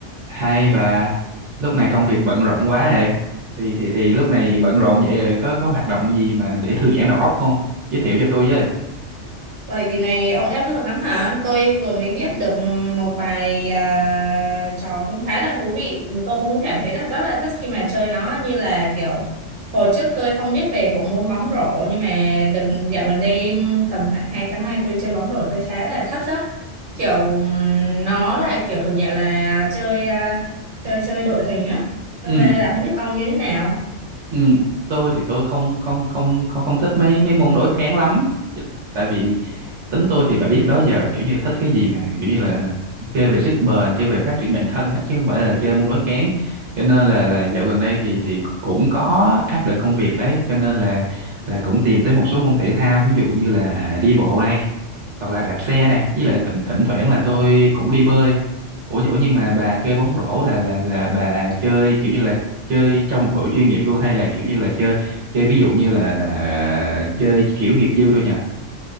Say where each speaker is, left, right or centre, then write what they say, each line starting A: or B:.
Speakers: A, on the right; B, on the right.
A: Hai bà, lúc này công việc bận rộn quá hệ. Thì thì thì lúc này bận rộn vậy rồi có có hoạt động gì mà để thư giãn đầu óc không? Giới thiệu cho tôi với.
B: Vậy kỳ này ông ép lực lắm hả? Tôi vừa mới biết được một vài à, trò cũng khá là thú vị. Tôi cũng cảm thấy là rất là thích khi mà chơi nó như là kiểu hồi trước tôi không biết về bộ môn bóng rổ nhưng mà được dạo gần đây tầm khoảng 2 tháng nay tôi chơi bóng rổ tôi khá là thích đó. Kiểu ừm, nó là kiểu thuộc dạng là chơi à, chơi chơi đội hình á. Hôm
A: Ừ,
B: nay là không biết ông như thế nào.
A: ừ, tôi thì tôi không không không không không thích mấy mấy môn đối kháng lắm. Tại vì tính tôi thì bà biết đó giờ là kiểu như là thích cái gì mà kiểu như là chơi về sức bền chơi về phát triển bản thân á, chứ không phải là chơi môn đối kháng cho nên là là dạo gần đây thì thì cũng có áp lực công việc đấy cho nên là là cũng tìm tới một số môn thể thao ví dụ như là đi bộ này hoặc là đạp xe này với lại thỉnh thỉnh thoảng là tôi cũng đi bơi ủa ủa nhưng mà bà chơi bóng rổ là là là bà chơi kiểu như là chơi trong một đội chuyên nghiệp luôn hay là kiểu như là chơi chơi ví dụ như là là chơi kiểu nghiệp dư thôi nhỉ